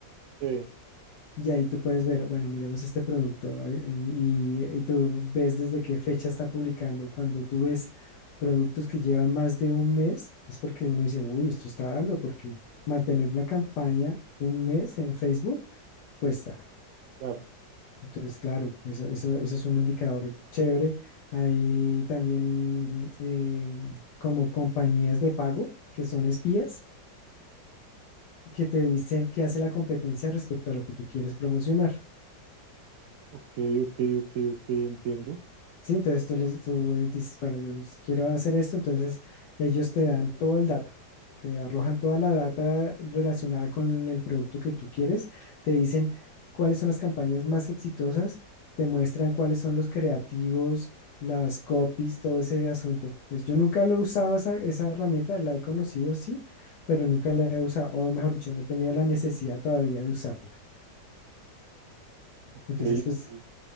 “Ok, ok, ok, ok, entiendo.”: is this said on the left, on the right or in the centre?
Right